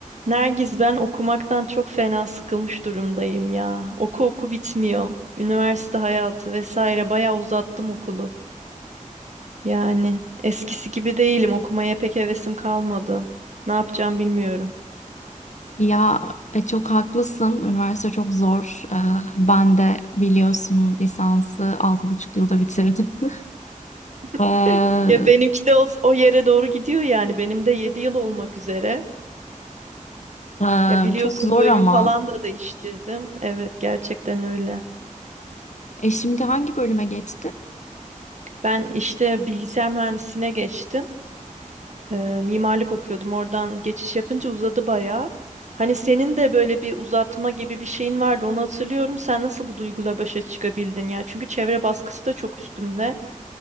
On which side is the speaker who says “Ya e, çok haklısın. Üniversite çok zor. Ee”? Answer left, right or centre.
Left